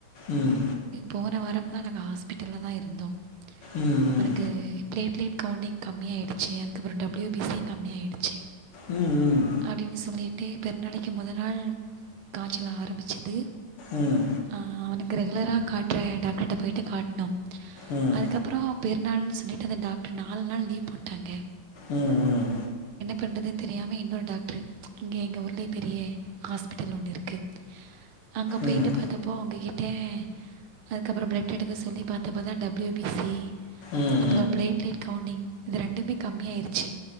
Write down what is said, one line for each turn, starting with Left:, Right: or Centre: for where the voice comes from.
Left: ம்
Right: போன வாரம்லா நாங்க ஹாஸ்பிடல்ல தா இருந்தோ
Left: ம்
Right: அவனுக்கு இப்லே இப்லே கவ்ண்டிங் கம்மியாயிடுச்சு அதுக்கப்ரோ டபுள்யு பி சியு கம்மியா ச்சு
Left: ம்
Right: அப்டின்னு சொல்லி டே பெர் நாளைக்கு முதல் நாள் காச்சல் ஆரம்பிச்சுது
Left: ம்
Right: ஆஹ் அவனுக் ரெகுலரா காட் ர டாக்டர்ட்ட போய்ட்டு காட்னோ
Left: ம்
Right: அதுக்கப்றோ பெர்நாள் சொல்லிட்டு அந்த டாக்டர் நாலு நாள் லீவ் போட்டாங்க
Left: உம் உம்
Right: பண்றதுனு தெரியாம இன்னொரு டாக்டரு இங்கே எங்க ஊர்லயே பெரிய ஹாஸ்பிட்டல் ஒன்னு இருக்கு அங்க போய்ட்டு
Left: ம்
Right: பாத்தப்போ அங்க எ ட்டே அதுக்கப்றோ பிளட் எடுக்க சொல்லி பாத்தப்பதா டபிள்யூ பி சி
Left: ம் ம்
Right: அப்ரோ பிளே பிளேட் கவுண்டிங் இது ரெண்டுமே கம்மியாயிருச்சு